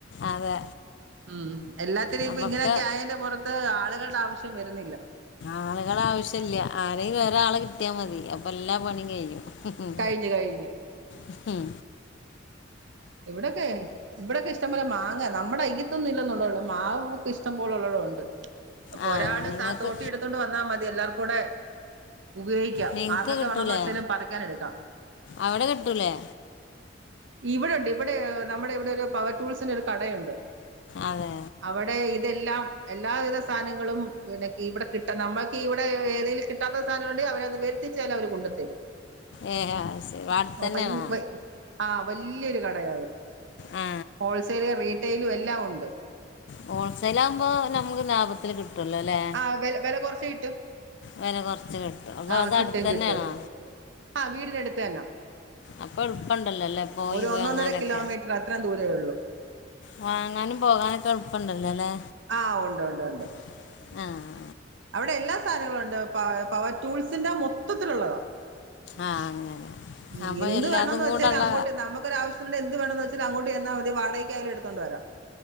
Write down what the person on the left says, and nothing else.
അതെ
അപ്പോൾ
ഒക്കെ
ആളുകൾ ആവശ്യല്ല ആരെങ്കിലും ഒരാളെ കിട്ടിയാ മതി അപ്പൊ എല്ലാ പണിയും കയ്യും. ഉഹും
ഉഹും
ആ
നിങ്ങൾക്ക്
നിങ്ങൾക്ക്
കിട്ടൂലേ
അവിടെ കിട്ടൂലേ
അതെ
ഏ ആ, ശരി അവിടെ
തന്നെയാണോ
ആ
ഹോൾസെൽ ആകുമ്പോ നമുക്ക് ലാഭത്തില് കിട്ടോല്ലോല്ലേ
വെല കൊറച്ച് കിട്ടും. അപ്പോൾ
അത്
അടുത്ത് തന്നെയാണോ
അപ്പോ എളുപ്പണ്ടല്ലോല്ലേ പോയി
വാങ്ങാനൊക്കെ.
വാങ്ങാനും പോകാനൊക്കെ എളുപ്പുണ്ടല്ലോ ല്ലെ
ആഹ്
ആഹ് അങ്ങനെ
അപ്പോൾ
എല്ലാതും
കൂടുള്ള